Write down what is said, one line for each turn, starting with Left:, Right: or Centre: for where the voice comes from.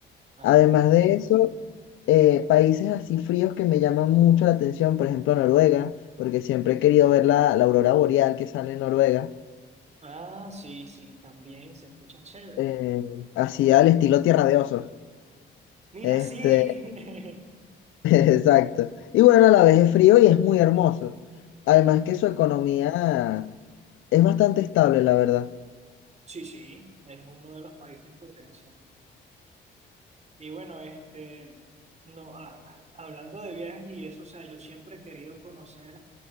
Right: ajá,
Left: Además
Right: ajá.
Left: de eso, eh, países así fríos que me llaman mucho la atención, por ejemplo Noruega, porque siempre he querido ver la, la aurora boreal que sale en Noruega,
Right: Ah, sí, sí, también se escucha chévere.
Left: eh, así al estilo Tierra de Osos.
Right: Mira,
Left: Este,
Right: sí.
Left: <laughs> exacto. Y bueno, a la vez es frío y es muy hermoso. Además que
Right: <laughs>
Left: su
Right: Ujú.
Left: economía es bastante estable, la verdad.
Right: Sí, sí, es uno de los países potencia. Y bueno, este, no, ah, hablando de viajes y eso, o sea, yo siempre he querido conocer